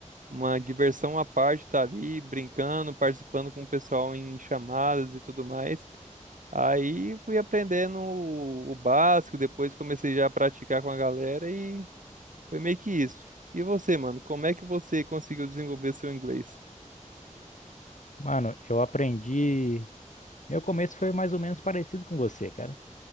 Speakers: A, on the right; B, on the left.
A: uma diversão à parte estar ali brincando, participando com o pessoal em chamadas e tudo mais. Aí fui aprendendo o o básico, depois comecei já a praticar com a galera e foi meio que isso. E você, mano, como é que você conseguiu desenvolver seu inglês?
B: Mano, eu aprendi. Meu começo foi mais ou menos parecido com você, cara.